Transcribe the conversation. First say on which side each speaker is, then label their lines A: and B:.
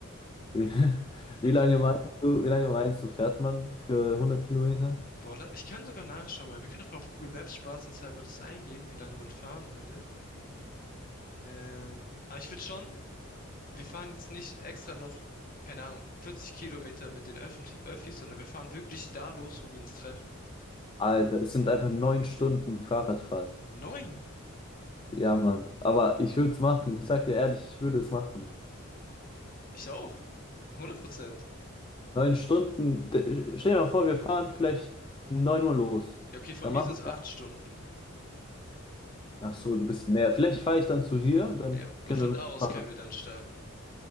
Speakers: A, on the left; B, on the left.
A: Wie, <laughs>
B: <laughs>
A: wie lange meinst du, wie lange meinst du, fährt man für 100 Kilometer?
B: Boah, la- ich kann sogar nachschauen mal. Wir können doch mal auf Google Maps spaßenshalber das eingeben, wie lange man fahren würde. Ähm, aber ich würde schon, wir fahren jetzt nicht extra noch, keine Ahnung, 40 Kilometer mit den Öffentlich Öffis, sondern wir fahren wirklich da los, wo wir uns treffen.
A: Alter, es sind einfach neun Stunden Fahrradfahrt.
B: Neun!
A: Ja, Mann. Aber ich würde es machen. Ich sag dir ehrlich, ich würde es machen.
B: Ich auch. 100 Prozent.
A: Neun Stunden. d- Stell dir mal vor, wir fahren vielleicht um 9 Uhr los.
B: Ja, okay, von
A: Dann
B: mir
A: machen
B: sind es acht
A: wir.
B: Stunden.
A: Ach so, du bist näher. Vielleicht fahre ich dann zu dir und dann
B: Ja, und
A: können
B: von
A: wir mitmachen.
B: da aus können wir dann starten.